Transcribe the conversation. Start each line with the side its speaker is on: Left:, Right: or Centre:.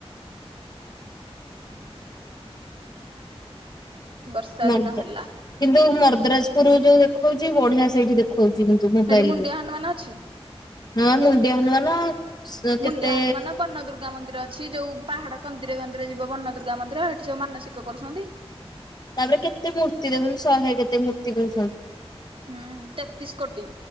Right: ବର୍ଷା
Left: ମ
Right: ଦିନ ହେଲା
Left: କିନ୍ତୁ ମଦ୍ରାଜପୁର ଯୋଉ ଦେଖଉଛି ବଢିଆ ସେଇଠି ଦେଖ କହୁଚି କିନ୍ତୁ ମୋବାଇଲରେ
Right: ସେଠି ମୁଣ୍ଡିଆ ହନୁମାନ ଅଛି
Left: ହଁ ମୁଣ୍ଡିଆ ହନୁମାନ। କେତେ
Right: ମୁଣ୍ଡିଆ ହନୁମାନ ବନଦୁର୍ଗା ମନ୍ଦୀର। ି ଅଛି ଯୋଉ ପାହାଡ କନ୍ଦିରେ କନ୍ଦିରେ ଯିବ ବନ ଦୁର୍ଗା ମନ୍ଦିର ହେଠି ସବୁ ମାନସିକ କରୁଛନ୍ତି।
Left: ତାପରେ କେତେ ମୂର୍ତ୍ତି ଦେଖୁନୁ ଶହେ କେତେ ମୂର୍ତ୍ତି କହୁସନ୍ତି।
Right: ହୁଁ ତେତିଶ କୋଟି